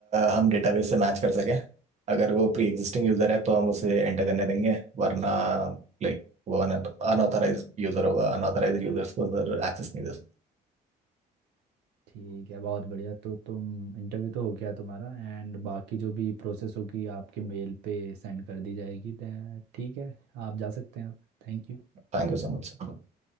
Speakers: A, on the right; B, on the right.
A: हम डेटाबेस से मैच कर सकें अगर वो प्री एग्जिस्टिंग यूजर है तो हम उसे एंटर करने देंगे वरना लाइक वो अनऑथराइज यूजर होगा अनऑथराइज यूजर्स को सर एक्सेस नहीं दे सकते
B: ठीक है बहुत बढ़िया तो तुम इंटरव्यू तो हो गया तुम्हारा एंड बाकी जो भी प्रोसेस होगी आपके मेल पे सेंड कर दी जाएगी then- ठीक है आप जा सकते हैं अब Thank you
A: Thank you so much sir